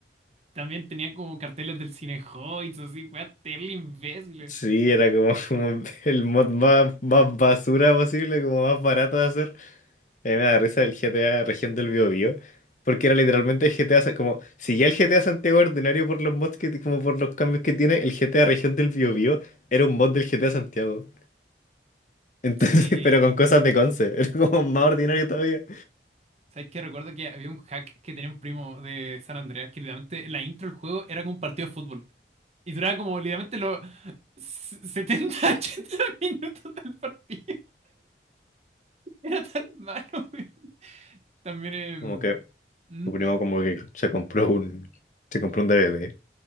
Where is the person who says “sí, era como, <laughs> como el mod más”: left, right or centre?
Left